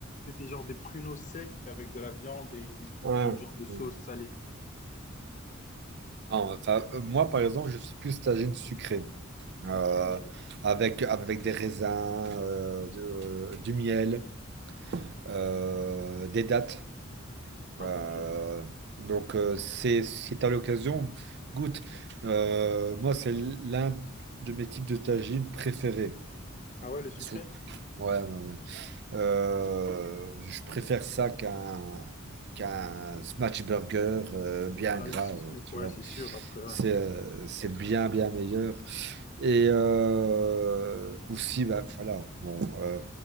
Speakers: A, on the left; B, on the right.
A: c'était genre des pruneaux secs avec de la viande et
B: Ouais.
A: une genre de sauce
B: Mm.
A: salée.
B: Non, enfin, euh, moi, par exemple, je suis plus tagine sucrée, euh,
A: Ok, mais
B: avec,
A: ok.
B: avec des raisins, euh, de- euh, du miel, euh, des dattes.
A: ah
B: Euh,
A: bah je,
B: donc, euh, c'est, si tu as l'occasion, goûte. Euh, moi, c'est l'un de mes types de tagine préférés.
A: ah ouais, le sucré?
B: Sou- Ouais, ouais, ouais. Euh, je préfère ça qu'un qu'un smash burger euh, bien
A: Ah
B: gras,
A: oui, c'est sûr.
B: euh, tu
A: Ouais,
B: vois.
A: c'est sûr. Après, ouais.
B: C'est euh, c'est bien, bien meilleur. Et euh, aussi, bah, voilà, bon, euh,